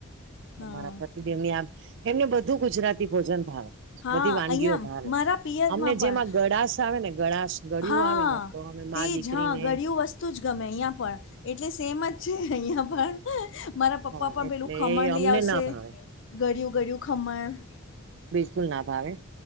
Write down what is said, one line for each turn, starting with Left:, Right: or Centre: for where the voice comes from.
Left: હા
Right: મારા પતિદેવ ની આમ એમને બધું ગુજરાતી ભોજન ભાવે
Left: હા
Right: બધી વાનગીઓ
Left: અહીંયા
Right: ભાવે
Left: મારા પિયરમાં
Right: અમને
Left: પણ
Right: જેમાં ગળાશ આવે ને ગળાશ ગળિયુ
Left: હા
Right: આવે ને તો અમે
Left: તે
Right: મા દીકરીને
Left: જ હા ગળિયું જ ગમે અહિયાં પણ એટલે સેમ જ છે અહિયાં પણ મારા પપ્પા
Right: હા
Left: પણ
Right: એટલે
Left: પેલું ખમણ
Right: એ
Left: લઈ
Right: અમને
Left: આવશે
Right: ના ભાવે
Left: ગળિયું ગળયું ખમણ
Right: બલકુલ ના ભાવે